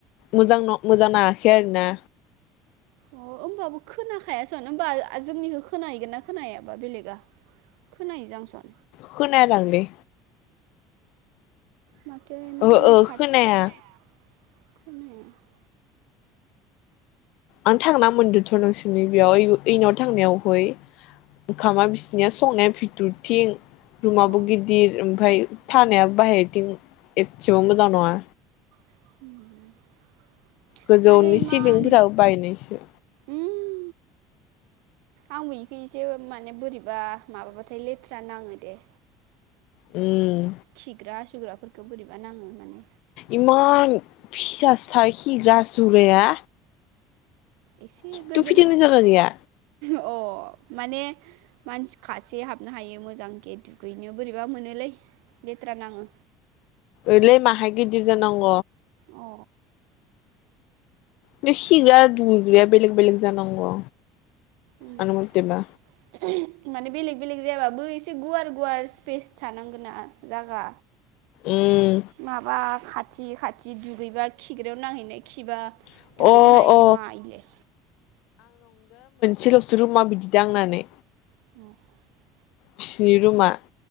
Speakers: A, on the left; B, on the right.
A: मोजां न मोजां नाङाखै आरोना
B: अ होनोमबाबो खोनाखायासनो होमबा जोंनिखौ खोनाहैगोन ना खोन हायाबा बेलेगा खोनाहैजांसन
A: खनाया दांलै
B: माथो इमान
A: ओहो ओ
B: खाथि
A: खोनाया
B: <unintelligible>
A: आं थांना मोन्दोंथ' नोंसिरनि बेयाव ऐ नाव थांनायावहै ओंखामा बिसिनिया संनाया भिथुरथिं रुमाबो
B: अ
A: गिदिर ओमफफ्राय थानाया बाहेरथिं एसेबो मोजां नङा
B: <inaudible>
A: गोजौनि
B: आरो इमान
A: सिलिंफोराबो बायनायसो
B: उम आंबो इखौ इसे माने बोरैबा माबाबाथाय लेथ्रा नाङो दे
A: उम
B: खिग्रा हासुग्रा फोरखो बोरैबा नाङो। माने
A: इमान फिसा सा खिग्रा हासुग्राया
B: एसे
A: खुथु''
B: गोदोर
A: फिदिंनो जागा गैया।
B: अ माने मानसि खासे हाबनो हायो मोजांखे दुगैनो बोरैबा मोनोलै लेथ्रा नाङो।
A: ओलै माहाय गिरदिर जानांग'
B: अ
A: बे खिग्रा दुग्राया बेलेग बेलग जानांगौ
B: ओम
A: आंनि मथेबा
B: माने बेलग बेलेग जायाबाबो एसे गुवार गुवार स्पेस थानांगोनना जागा
A: उम
B: माबा खा थि खाथि दुगैबा खि खिग्रायाव नांहैनाय खिबा
A: अ
B: दुहैनो हायै
A: अ
B: मा इलाय
A: थिलौ सेराव मा बिदि दांनानै
B: <inaudible>
A: बिसिनि रुमा